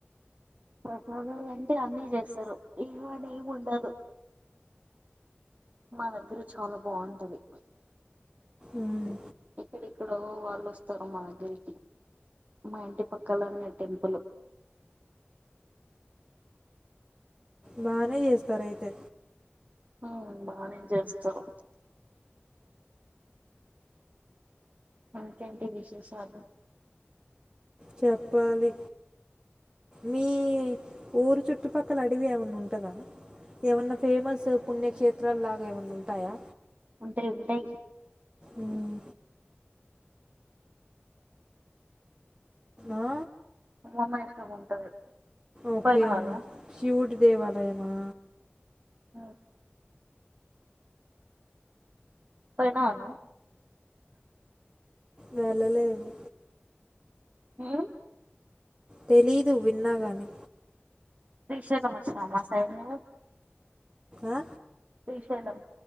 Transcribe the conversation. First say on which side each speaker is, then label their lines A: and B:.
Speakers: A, on the right; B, on the right.
A: ప్రసాదాలుంటే అన్నీ చేస్తారు ఏం అనీ ఏమి ఉండదు మా దగ్గర చాలా బాగుంటాయి
B: మ్మ్.
A: ఇక్కడక్కడో వాళ్ళు వస్తారు మా దగ్గరికి మా ఇంటి పక్కలనే టెంపుల్
B: బానే చేస్తార అయితే
A: ఆ బానే చేస్తారు ఇంకా ఏంటీ విశేషాలు
B: చెప్పాలి మీ ఊరు చుట్టుపక్కల అడివి ఏమన్నా ఉంటందా ఏమన్నా ఫేమస్ పుణ్యక్షేత్రాలు లాగా ఏమన్నా ఉంటాయా
A: ఉంటయి ఉంటయి
B: మ్మ్. ఆ?
A: ఉమామహేశ్వరి ఉంటది
B: ఓకే
A: పోయినావా
B: శివుడి దేవాలయమా
A: ఆ పోయినవా నువు
B: వెళ్ళలేదు
A: ఉమ్
B: తెలీదు విన్నాగాని
A: శ్రీశైలం ఒచ్చిన్నవా మా సైడు నువ్వు
B: ఆ
A: శ్రీశైలం